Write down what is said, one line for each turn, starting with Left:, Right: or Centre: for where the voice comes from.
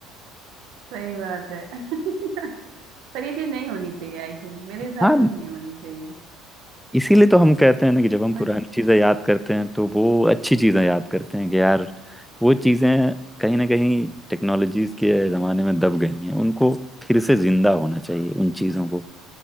Right: सही बात है <laughs> पर ये चीज नहीं होनी चाहिए आई थिंक मेरे हिसाब
Centre: हाँ
Right: से तो नहीं होनी चाहिए
Centre: इसीलिए तो हम कहते हैं ना कि जब हम
Right: बट
Centre: पुरानी चीजें याद करते हैं तो वो अच्छी चीजें याद करते हैं कि यार वो चीजें कहीं ना कहीं टेक्नोलॉजीज के जमाने में दब गई हैं उनको फिर से जिंदा होना चाहिए उन चीजों को